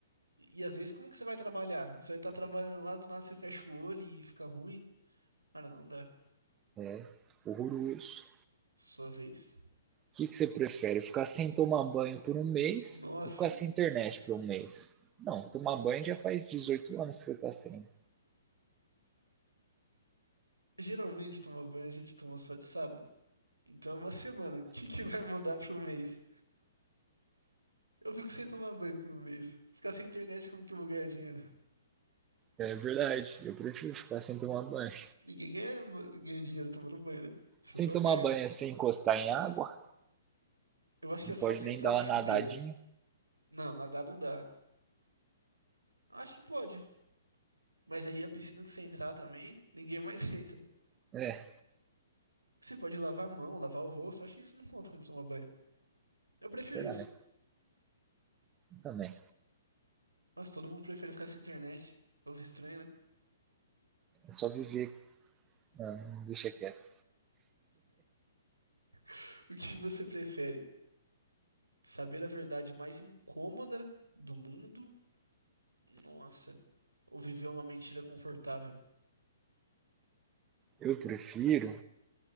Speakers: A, on the right; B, on the right.
A: E às vezes, como que você vai trabalhar? Você vai estar trabalhando lá, do nada você fecha o olho e fica ruim. Cara, não dá.
B: É horroroso.
A: Sua vez.
B: O que, que você prefere? Ficar sem tomar banho por um mês
A: Nossa.
B: ou ficar sem internet por um mês? Não, tomar banho já faz 18 anos que você tá sem.
A: Geralmente, tomar banho a gente toma só de sábado. Então é uma semana. O que que vai mudar pro mês? Eu fico sem tomar banho por um mês. Ficar sem internet, como que eu vou ganhar dinheiro?
B: É verdade, eu prefiro ficar sem tomar banho.
A: Ninguém ganha, ganha dinheiro tomando banho, né? Você
B: Sem
A: só
B: tomar
A: perde.
B: banho é sem encostar em água,
A: Eu acho
B: não
A: que é só
B: pode
A: você
B: nem
A: entrar
B: dar
A: no
B: uma
A: chuveiro.
B: nadadinha.
A: Não, nadar não dá. Acho que pode. Mas aí a piscina que você entrar também, ninguém mais <laughs> entra.
B: É,
A: Você pode lavar a mão, lavar o rosto. Acho que isso não conta como tomar banho. Eu prefiro
B: verdade,
A: isso.
B: também.
A: Nossa, todo mundo prefere ficar sem internet. Povo estranho, né?
B: É só viver. né? Não, deixa quieto.
A: <laughs> O que você prefere? Saber a verdade mais incômoda do mundo? Nossa. Ou viver uma mentira confortável?
B: Eu prefiro,